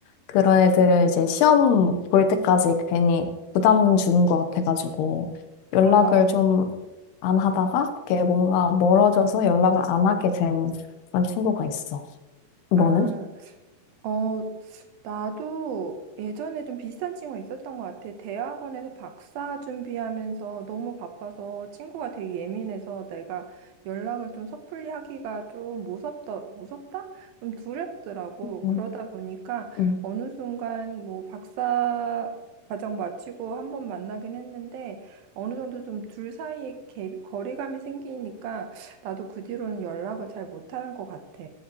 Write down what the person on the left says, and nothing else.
그런 애들은 이제 시험 볼 때까지 괜히 부담 주는 것 같아가지고, 연락을
좀 안 하다가, 이렇게 뭔가 멀어져서 연락을 안 하게 된 그런 친구가 있어. 너는?
응,
응,